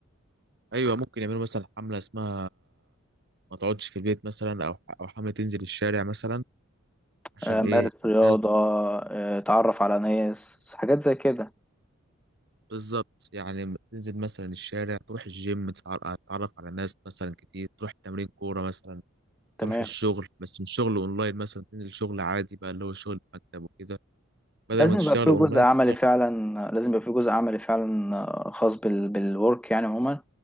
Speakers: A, on the right; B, in the centre.
A: أيوه ممكن يعملوا مثلا حملة اسمها ما تقعدش في البيت مثلا او او حامل تنزل الشارع مثلا عشان
B: آه، مارس
A: ايه
B: رياضة
A: الناس
B: آه، اتعرف على ناس حاجات زي كده
A: بالظبط يعني تنزل مثلا الشارع تروح الجيم تتع- تتعرف على ناس مثلا كتير تروح تمرين كورة مثلا
B: تمام
A: تروح الشغل بس مش شغل اونلاين مثلا تنزل شغل عادي بقى اللي هو شغل في مكتب وكده بدل
B: لازم
A: ما تشتغل
B: يبقى فيه
A: اونلاين
B: جزء عملي
A: تشتغل-
B: فعلا لازم يبقى فيه جزء عملي فعلا آه، خاص بال... بالورك يعني عموما